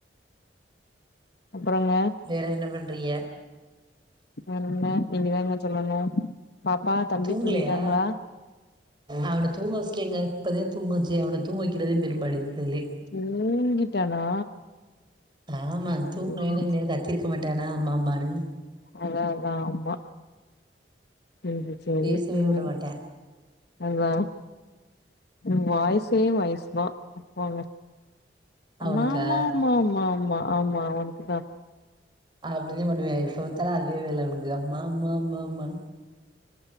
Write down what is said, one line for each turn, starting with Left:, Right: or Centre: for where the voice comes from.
Left: அப்பறங்க
Right: வேற என்ன பண்றிய
Left: வேறென்ன நீங்கதாங்க சொல்லணு பாப்பா தம்பி
Right: தூங்கலையா
Left: தூங்கிட்டாங்களா
Right: அவன தூங்க வச்சிட்டேங்க இப்பதா தூங்க வச்சே அவன தூங்க வக்கிறதே பெரும்பாடு இருக்கதுலே
Left: தூங்கிட்டானா
Right: ஆமா
Left: சேரி
Right: தூங்கலேன்னா என்னே
Left: சேரி
Right: கத்திருக்க மாட்டானா அம்மா அம்மான்னு
Left: அதா அதா ஆமா ம் செரி
Right: பேசவே
Left: ம்
Right: விட மாட்டே
Left: அதா உங்க வாய்சே வாய்சு தா போங்க
Right: அவனுக்கா
Left: அம் மா மா மா மா மா ஆமா ஒனக்குதா
Right: அப்டிதா பண்ணுவே எப்ப பாத்தாலு அதே வேல அவனுக்கு அம்மா அம்மா அம்மா அம்மா